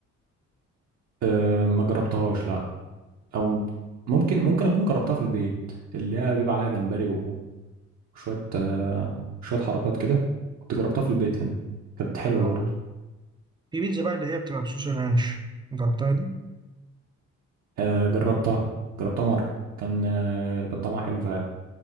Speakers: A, on the right; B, on the right.
A: آه، ما جربتهاش لا او ممكن ممكن اكون جربتها في البيت اللي هي بيبقى عليها جمبري وشوية آه، شوية حركات كده كنت جربتها في البيت هنا كانت حلوة
B: اه
A: برضه
B: في بيتزا بقى اللي هي بتبقى بصوص الرانش جربتها دي
A: آه، جربتها جربتها مرة كان آه، كان طعمها حلو فعلا